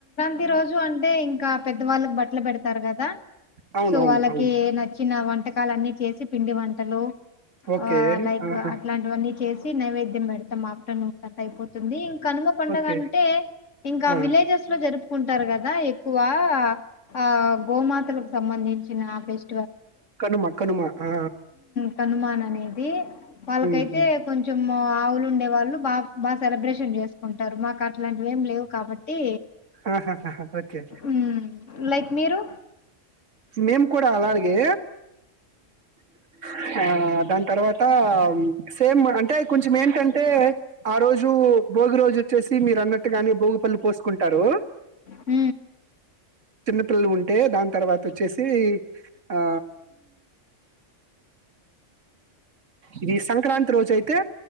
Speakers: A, on the left (about 75°); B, on the right (about 80°).
A: ప్రతి రోజు అంటే ఇంకా పెద్ద వాళ్ళకి బట్టలు పెడతారు కదా
B: అవును
A: సో
B: అవును
A: వాళ్ళకి
B: అవును
A: నచ్చిన వంటకాలన్ని చేసి పిండి వంటలు
B: ఓకే
A: ఆ లైక్
B: ఆహా
A: అట్లాంటివన్నీ చేసి నైవేద్యం పెడతాం ఆఫ్టర్నూన్ కంత అయిపోతుంది కనుమ పండగ
B: ఓకే
A: అంటే ఇంకా
B: ఆ
A: విలేజెస్ లో జరుపు కుంటారు కదా ఎక్కువ ఆ గోమాతలకు సంబంధించిన ఫెస్
B: కనుమ కనుమ ఆ,
A: తాను మా అనేది వాళ్ళకైతే
B: ఉమ్, ఉమ్.
A: కొంచెం ఆవులు ఉండే వాళ్ళు బా బా సెలబ్రేషన్ చేసుకుంటారు మాకు అట్లాంటివి ఏం లేవు కాబట్టి
B: అహ్హ ఓకే
A: ఉమ్ లైక్ మీరు
B: మేము కూడా అలాగే <inaudible> ఆ దాని తర్వాత సేమ్ అంటే కొంచెం ఏంటంటే ఆ రోజు భోగి రోజు వచ్చేసి మీరు అన్నట్టుగాని భోగుపళ్లిు పోసుకుంటారు
A: హ
B: పట్టలు ఉంటే దాని తర్వాత వచ్చేసి ఆ ఇది సంక్రాంతి రోజు అయితే